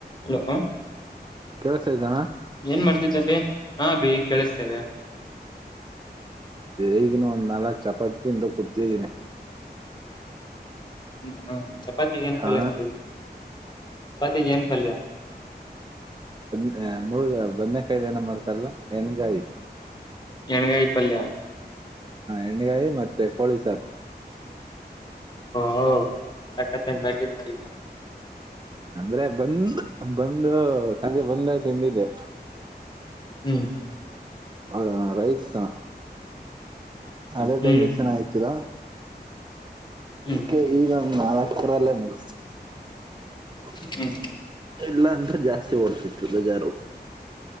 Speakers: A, on the left; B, on the right.
A: Hello
B: ಕೆವ ಸೈಾನ
A: ಏನ್ ಮಾಡ್ತಿದ್ದ ಬಿ ಹಾ ಬಿೀ ಕೇಳಿಸ್ತಾದೆ
B: ಈಗಿನ ಒಂದ್ ನಾಲ್ಕ್ ಚಪಾತಿಿಂದ ಕುತಿದ್ದೀನಿ
A: ಹ್ಮ ಹ ಚಪಾತಿ ಏನ್
B: ಹಾ
A: ಪಾಲ್ಯ ಮಾಡಿದರು ಚಪಾತಿ ಏನ್ ಪಾಲ್ಯ
B: ಅ ಮುಳುಗ ಬದ್ಕಾಯಿಲ್ ಏನ ಮರ್ತಾರಲ್ಲ ಹೆಣಗಾಯಿ
A: ಾನ ಕಾಯಿಪಲ್ಲ
B: ಎಣ್ಣಗಾಯಿ ಮತ್ತೆ ಕೋಳಿ ಸಾರು
A: ಹ ತಕತ್ತ ಬ ಮಾಡ
B: ಅಂದ್ರೆ ಬಂದ್ ಬಂದು ಸಂಜೆ ಬಂದ ತಿಂದಿದ್ದೆ
A: ಹ್ಮ್
B: ಹ ರೈಸ್ಾ ಅದೇ
A: ಹ್ಮ್
B: ಡೈಜೆಸ್ನ್ ಆಯತರಾ
A: ಹ್ಮ್
B: ಈಕ್ಕೆ ಈಗ ನಾಲ್ ಅಕ್ಷರ ಅಲ್ಲೇ ಮುಗ <inaudible>
A: ಹ್ಮ್
B: ಇಲ್ಲಾ ಅಂದ್ರೆ ಜಾಸ್ತಿ ಓಡ್ತಿತ್ತು ಬಜಾರು